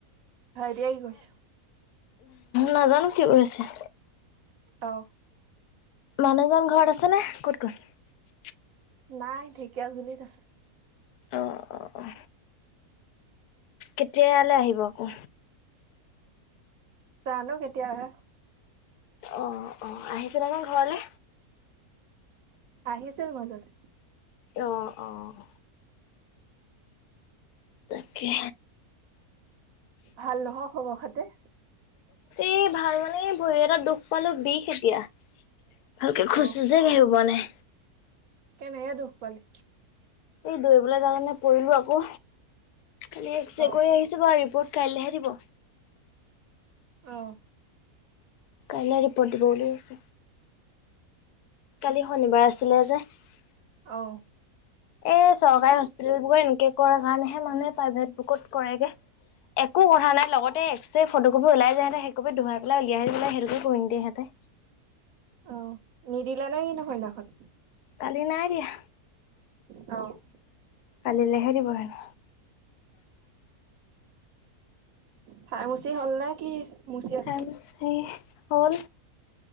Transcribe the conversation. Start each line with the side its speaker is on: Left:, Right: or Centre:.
Right: হৰি আহি কৈছো
Left: নাজানো কি কৰি হৈছে?
Right: অ'
Left: মানুহজন ঘৰত আছেনে ক'ত ক'ত
Right: নাই ঢেকীয়া জুলিত আছে।
Left: অ' অ' কেতিয়ালৈ আহিব আকৌ
Right: জানো কেতিয়াহে
Left: অ' অ' আহিছিল দে ন ঘৰলে
Right: আহিছিল মাজতে,
Left: অ', অ' তাকে
Right: ভাল নহয় খবৰ খাতে
Left: এই ভাল মানে এই ভৰি এটা দুখ পালো বিষ এতিয়া। ভালকে
Right: অহ
Left: খোজ চোজে স ব নাই।
Right: কেনেহে দুখ পালে
Left: এই দৈবলৈ জে নে। কৰিলো আকৌ খালি এক্স
Right: অহ
Left: ৰে কৰি আহিছো বাৰ ৰিপৰ্ট কাইলৈহে দিব।
Right: আহ।
Left: কলৈ ৰৰিপৰ্ট বৌলে আ কালি শনিবাৰ আছিলে যে, এ
Right: অহ
Left: চৰকাৰী হস্পিতেল বোৰে এনেকে মানুে প্ৰ বুক কৰেগ একো কথা নাই ফটো কপবি ওাইায় সহঁতে সেইকবি ধুুৱাইেলাই উলিয়াই আহ পেলাই সেইটোকে কৰি নিয়ে সহেঁতে
Right: অ' নিদিলা নাই নহয়নাখন
Left: কালি নাই দিয়া
Right: অ'
Left: কাল লেহেৰিবন
Right: খাই মচি হ'ল ন কি। মুচি
Left: থেং
Right: আছ
Left: হ'ল।